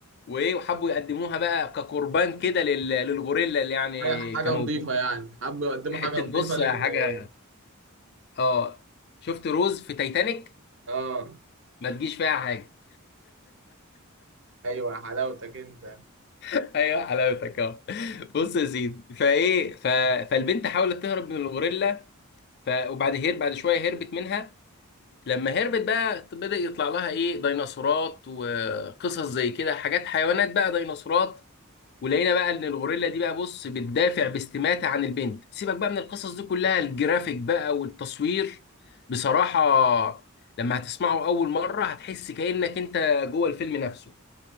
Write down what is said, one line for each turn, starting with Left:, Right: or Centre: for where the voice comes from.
Left: وإيه وحبوا يقدموها بقى كقربان كده لل... للغوريلا اللي يعني
Right: حاجة حاجة
Left: كانوا
Right: نظيفة يعني حابب يقدموا
Left: حتة
Right: حاجة نظيفة
Left: بص
Right: لل
Left: حاجة آه شفت روز في تايتانيك
Right: اه
Left: ما تجيش فيها حاجة
Right: ايوه يا حلاوتك انت
Left: ايوه حلاوتك اهو بص يا سيدي فايه ف... فالبنت حاولت تهرب من الغوريلا ف... وبعد هير بعد شويه هربت منها لما هربت بقى بدأ يطلع لها ايه ديناصورات وقصص زي كده حاجات حيوانات بقى ديناصورات ولقينا بقى ان الغوريلا دي بقى بص بتدافع باستماتة عن البنت سيبك بقى من القصص دي كلها الجرافيك بقى والتصوير بصراحة لما هتسمعه اول مرة هتحس كأنك انت جوه الفيلم نفسه